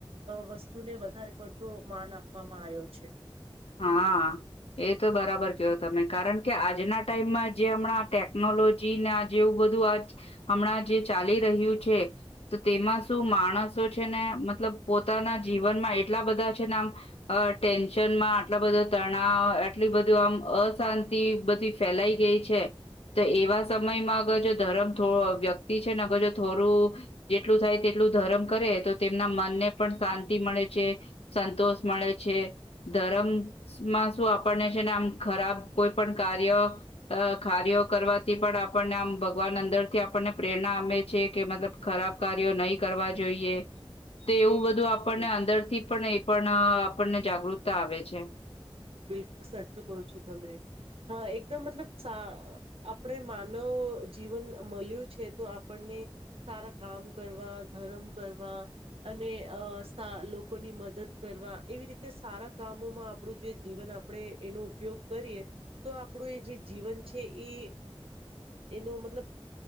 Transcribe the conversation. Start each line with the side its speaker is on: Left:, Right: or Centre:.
Right: જવસ્તુને વધારે પડતો માન આપવામાં આવ્યો છે.
Left: હા એ તો બરાબર કયો તમે. કારણ કે આજના ટાઈમમાં. જે હમણાં ટેકનોલોજી ના. જેવું બધું આ હમણાં જે ચાલી રહ્યું છે. તો તેમાં શું માણસો છે. ને મતલબ પોતાના જીવનમાં એટલા બધા છે. ને આમ ટેન્શનમાં. આટલો બધો તણાવ, આટલી, બધું આમ અશાંતિ બધી ફેલાઈ ગઈ છે. તો એવા સમયમાં અગર જો ધર્મ વ્યક્તિ છે. ને અગર જો થોડું જેટલું થાય તેટલું ધર્મ કરે તો તેમના મનને પણ શાંતિ મળે છે સંતોષ મળે છે. ધરમ. માં શું આપણને છે. ને આમ ખરાબ કોઈ પણ કાર્ય કાર્યો કરવાથી પણ આપણને આમ ભગવાન અંદર થી આપણને પ્રેરણા અમે છે. કે મતલબ ખરાબ કાર્યો નહી કરવા જોઈએ. તો એવું બધું
Right: બિલકુલ
Left: આપણને અંદર થી પણ એ પણ. આપણને જાગૃતતા આવે છે.
Right: બિલકુલ સાચું કહો છો તમે. હા એકદમ મતલબ આપણે માનવ જીવન મળ્યું છે. તો આપણને સારા કામ કરવા ધર્મ કરવા અને લોકોની મદદ કરવા એવી રીતે સારા કામોમાં આપણું જે. જીવન આપણે એનો ઉપયોગ કરીએ તો આપણું એ જે જીવન છે એ એનો મતલબ